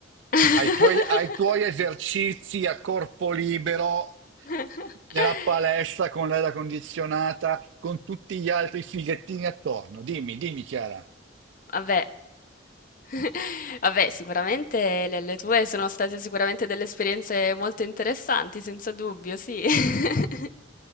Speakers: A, on the left; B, on the right.
A: <laughs>
B: ai tuoi, ai tuoi esercizi a corpo libero
A: <laughs>
B: nella palestra con l'aria condizionata, con tutti gli altri fighettini attorno? Dimmi, dimmi, Chiara.
A: Vabbè. <laughs> Vabbè, sicuramente le le tue sono state sicuramente delle esperienze molto interessanti, senza dubbio, sì. <laughs>